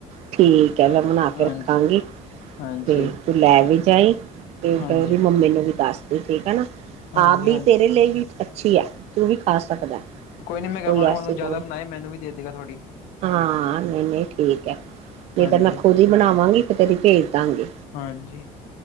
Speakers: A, on the right; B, on the left.
A: ਠੀਕ ਐ, ਮੈਂ ਬਨਾ
B: ਹਾਂਜੀ
A: ਕੇ ਰਖਾਂਗੀ।
B: ਹਾਂਜੀ
A: ਤੇ ਤੂੰ ਲੈ ਵੀ ਜਾਈ, ਤੇ
B: ਹਾਂਜੀ
A: ਓਦੀ ਮੰਮੀ ਨੂੰ ਵੀ ਦੱਸ ਤੇ ਠੀਕ ਏ ਨਾ,
B: ਹਾਂਜੀ
A: ਆਪ ਵੀ
B: ਹਾਂਜੀ
A: ਤੇਰੇ ਲਈ ਵੀ ਅੱਛੀ ਏ, ਤੂੰ ਵੀ ਖਾ ਸਕਦਾ।
B: ਨੀ ਮੈਂ ਕਵਾਂਗਾ
A: ਕੋਈ ਆਸੇ
B: ਉਹਨੂੰ ਜ਼ਿਆਦਾ
A: ਪਾ
B: ਬਣਾਏ ਮੈਨੂੰ ਵੀ ਦੇ ਦੇਗਾ ਥੋੜ੍ਹੀ
A: ਹਾਂ ਨਹੀਂ ਨਹੀਂ। ਠੀਕ ਹੈ, ਨਹੀਂ
B: ਹਾਂਜੀ
A: ਤੇ ਮੈਂ ਖੁਦ ਇ ਬਣਾਵਾਂਗੀ, ਫੇਰ ਤੇਨੂੰ ਪੇਜ ਦਾਂਗੀ।
B: ਹਾਂਜੀ